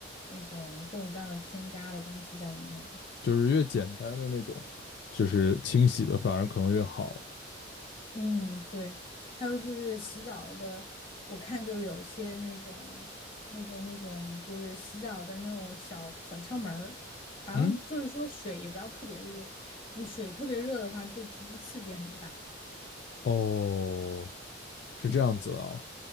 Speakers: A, on the left; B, on the left.
A: 那种各种各样的添加的东西在里面。
B: 就是越简单的那种，就是清洗的反而可能越好。
A: 嗯，对。还有就是洗澡的，我看就是有些那种、那种、那种，就是洗澡的那种小小窍门儿，好像就是说水也不要特别热，
B: 嗯，
A: 你水特别热的话，对皮肤刺激很大。
B: 哦，是这样子啊。